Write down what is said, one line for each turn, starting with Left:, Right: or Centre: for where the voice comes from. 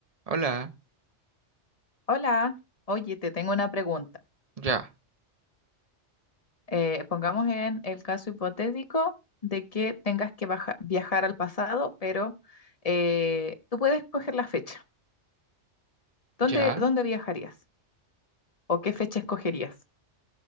Right: Hola,
Left: Hola, oye, te tengo una pregunta.
Right: ya,
Left: Eh, pongamos en el caso hipotético de que tengas que baja- viajar al pasado, pero eh, tú puedes escoger la fecha. ¿Dónde,
Right: ya.
Left: dónde viajarías? ¿O qué fecha escogerías?